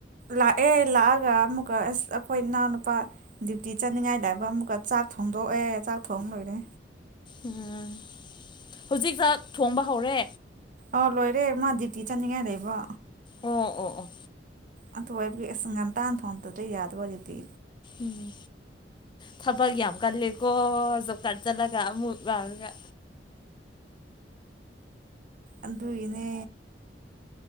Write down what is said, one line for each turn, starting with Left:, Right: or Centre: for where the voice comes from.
Right: ꯂꯥꯛꯑꯦ ꯂꯥꯛꯑꯒ ꯑꯃꯨꯛꯀ ꯑꯁ ꯑꯩꯈꯣꯏ ꯏꯅꯥꯎꯅꯨꯄꯥ__ ꯗ꯭ꯌꯨꯇꯤ ꯆꯠꯅꯤꯡꯉꯥꯏ ꯂꯥꯏꯕ ꯑꯃꯨꯛꯀ ꯆꯥꯛ ꯊꯣꯡꯗꯣꯛꯑꯦ ꯆꯥꯛ ꯊꯣꯡ ꯂꯣꯏꯔꯦ꯫
Left: ꯎꯝ ꯍꯧꯖꯤꯛ ꯆꯥꯛ ꯊꯣꯡꯕ ꯍꯧꯔꯦ꯫
Right: ꯑ ꯂꯣꯏꯔꯦ ꯃꯥ ꯗ꯭ꯌꯨꯇꯤ ꯆꯠꯅꯤꯡꯉꯥꯏ ꯂꯩꯕ꯫
Left: ꯑꯣ ꯑꯣ ꯑꯣ
Right: ꯑꯗꯨ ꯑꯣꯏꯕꯒꯤ ꯑꯁ ꯉꯟꯇꯥꯥꯟꯏ ꯊꯣꯡꯗꯣꯡꯕ ꯌꯥꯗꯕꯒꯤ
Left: ꯎꯝ ꯊꯕꯛ ꯌꯥꯝ ꯀꯜꯂꯦꯀꯣ ꯖꯣꯕꯀꯥꯔꯠ ꯆꯠꯂꯒ ꯑꯃꯨꯛ ꯂꯥꯎꯔꯒ꯫
Right: ꯑꯗꯨꯒꯤꯅꯦ꯫